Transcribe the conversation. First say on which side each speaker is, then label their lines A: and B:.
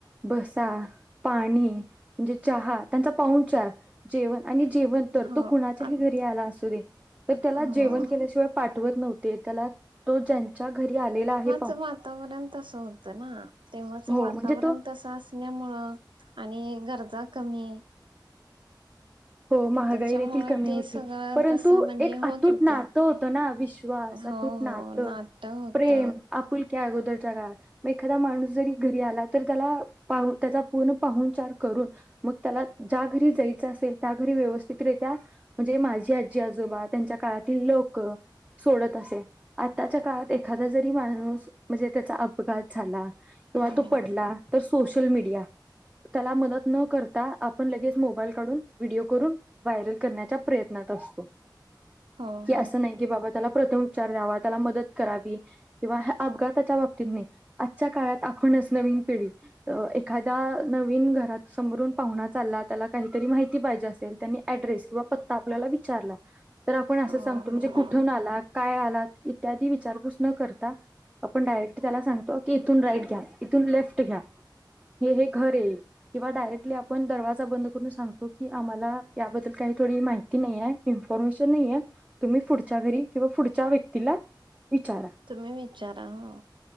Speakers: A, on the right; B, on the right.
A: बसा पाणी म्हणजे चहा त्यांचा पाऊंचार जेवण आणि जेवण तर
B: हो
A: तो कुणाच्याही
B: आत
A: घरी आला असू दे, तर त्याला
B: हो
A: जेवण केल्याशिवाय पाठवत नव्हत ते त्याला तो ज्यानं ज्या घरी आलेला आहे.
B: स वातावरण तस होतं ना, तेव्हाच वातावरण
A: हो म्हणजे तो
B: तस असण्यामुळ आणि गरजा कमी
A: हो महागाई
B: त्याच्यामुळे
A: देखील कमी
B: ते
A: होती,
B: सगळं
A: परंतु
B: तसं म्हणजे
A: एक
B: होत
A: अतूट
B: होत
A: नातं होतं ना विश्वास
B: हो
A: अतूट
B: हो
A: नातं
B: नाट्य होत
A: प्रेम आपुलक्या अगोदर म एखादा माणूस जरी घरी आला तर त्याला त्याचा पूर्ण पाहुणचार करून मग त्याला ज्या घरी जायच असेल त्या घरी व्यवस्थितरित्या म्हणजे माझी आजी, आजोबा, त्यांच्या काळातील लोक, सोडत असे आताच्या काळात एखादा जरी माणूस म्हणजे त्याचा अपघात झाला किंवा
B: हो
A: तो पडला तर स सोशल मीडिया त्याला मदत न करता आपण लगेच मोबाईल काढून व्हिडिओ करून व्हायरल करण्याच्या प्रयत्नात असतो
B: हो
A: की
B: हो
A: असं नाही की बाबा त्याला प्रथमपचार द्यावा त्याला मदत करावी किंवा अपघातच्या बाबतीत नाही आजच्या काळात आपणच नवीन पिढी एखाद्या नवीन घरात समरून पाहुणा चालला त्याला काही पाहिजे असेल त्याने ऍड्रेस किवा पत्ता आपल्याला विचारला तर आपण अस
B: हो
A: सांगतो म्हणजे कुठून आला? काय आला? इत्यादी विचारपूस न करता आपण डायरेक् त्याला सांगतो की इथून राईट घ्या इथून लेफ्ट घ्या हे हे घरय किंवा डायरेक्टली आपण दरवाज जा बंद करून सांग की आम्हाला याबद्दल काही थोडी माहिती नाही आहे इन्फॉर्मेशन नाही आहे तुम्ही पुढच्या घरी किंवा पुढच्या व्यक्तीला विचारा
B: तुम्ही विचारा हो.